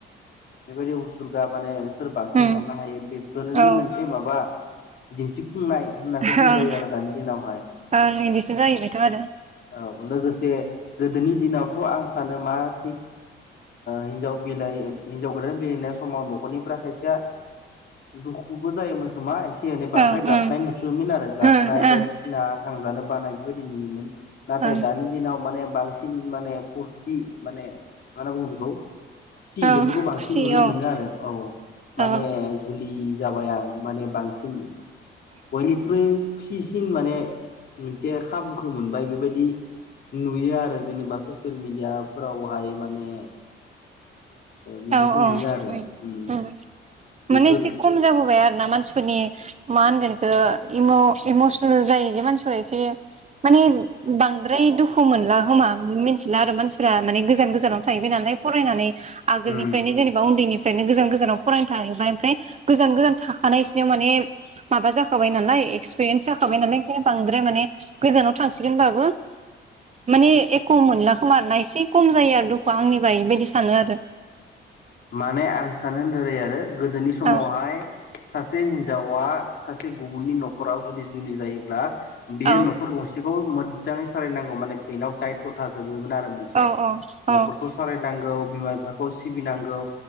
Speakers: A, on the left; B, on the right.
A: बेबायदि उसुर्गा माने सोर बांसिन
B: उम
A: हरनो हायो बेफोरनि
B: औ
A: मोनसे माबा दिन्थि फुंनाय होननासो बुंजायो
B: ओं
A: आरो दानि दिनावहाय।
B: ओं बिदिसो जाहैबायथ' आरो
A: औ लोगो से गोदोनि दिनावथ' आं सानो मा थिग हिनजाव बिलाइ हिनजाव गोदान बिलाइनाय समाव न'खरनिफोरा खायसेया दुखुबो जायोमोन खोमा एसे एनै बांद्राय
B: ओं
A: गाबनाय
B: ओं
A: नुसयोमोन आरो गाबनाय
B: ओं
A: बायदिसिना
B: ओं
A: थांजानो बानाय बेफोरबायदि नुयोमोन। नाथाय
B: ओं
A: दानि दिनाव माने बांसिन माने फुरथि माने मा होनना बुङो बेखौ खुसि
B: औ
A: बे बेफोरखौ बांसिन
B: खुसि
A: नुनो
B: औ
A: मोनो आरो औ माने
B: औ
A: जुलि जाबाय आं माने बांसिन बयनिख्रुइ खु सिसिन माने मोनसे खाबुखौ मोनबाय बेबायदि नुयो आरो जेनेबा ससियेल मिडियाफोरावहाय माने बिदिखौ
B: औ-औ
A: नुयो आरो उम बेफोर
B: माने एसे खम जाबोबाय आरो ना मानसिफोरनि मा होनगोन बेखौ इम इमसनेल जायो जे मानसिफोरा एसे माने बांद्राय दुखु मोनला होमा मिथिला आरो मानसि फ्रा माने गोजान गोजानाव थाहैबाय नालाय फरायनानै आगोलनिफ्रायनो
A: उम
B: जेनेबा उन्दैनि फ्रायनो गोजान गोजानाव फरायनो थाहैबाय ओमफ्राय गोजान गोजान थाखानाय बिसोरनियाव माने माबा जाखाबाय नालाय एक्सपिरियेन्स जाखाबाय नालायायनो बांद्राय माने गोजानाव थांसिगोन बाबो माने एख' मोनला खोमाना एसे खम जायो आरो दुखुआ आंनिबा इबायदि सानो आरो।
A: माने आं सानो नोरै आरो गोदोनि समावहाय
B: औ
A: सासे हिनजावा सासे गुबुननि न'खराव जुदि जुलि जायोब्ला बेयो
B: औ
A: न'खर गंसेखौ मो जाङै सालायनांगौ माने बेनाव दायथ' थाजोबोमोन आरो मोनसे
B: औ औ
A: न'खरखौ सालायनांगौ बिमा-बिफाखौ सिबिनांगौ